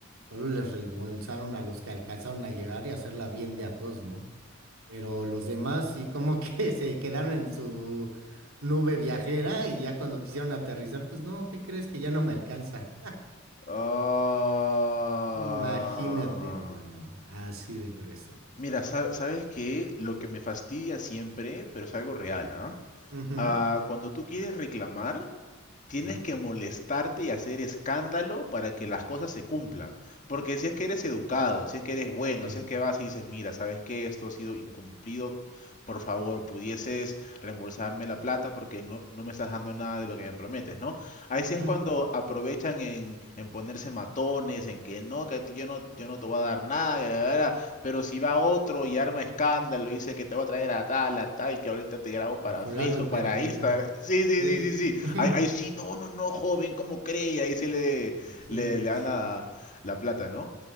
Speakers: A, on the right; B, on the left.
A: Solo les reembolsaron a los que alcanzaron a llegar y hacerla bien de a todos, ¿no? pero los demás sí como que <laughs> se quedaron en su nube viajera y ya cuando quisieron aterrizar, pues no, ¿qué crees que ya no me alcanza?
B: Ah,
A: Imagínate, hermano, así de grueso.
B: Mira, sa- ¿sabes que Lo que me fastidia siempre, pero es algo real, ¿ah?
A: Ujú,
B: Ah, cuando tú quieres reclamar, Tienes
A: ujú,
B: que molestarte y hacer escándalo para que las cosas se cumplan. Porque si es que eres educado, si es que eres bueno,
A: sí,
B: si es que vas y dices, mira, sabes que esto ha sido incumplido, por favor, pudieses reembolsarme la plata porque no, no me estás dando nada de lo que me prometes, ¿no? Ahí sí
A: ujú,
B: es cuando aprovechan en, en ponerse matones, en que no, que a ti yo no, yo no te voy a dar nada, que la, la, la". pero si va otro y arma escándalo y dice que te voy a traer a tal, a tal, que ahorita te grabo para
A: A fulano
B: Facebook,
A: y peranguino.
B: para Instagram. Sí, sí,
A: Sí,
B: sí, sí, sí.
A: <laughs>
B: Ahí, ahí sí, no, no, no, joven, ¿cómo cree? Y ahí sí le,
A: sí,
B: le, le dan
A: sí.
B: la, la plata, ¿no?